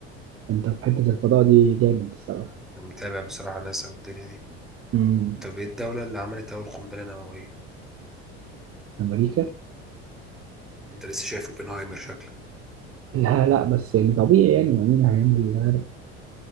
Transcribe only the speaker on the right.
أنت في حتة الفضاء دي جامد الصراحة
مم.
أمريكا؟
لا لا بس يعني طبيعي يعني يعني مين هيعمل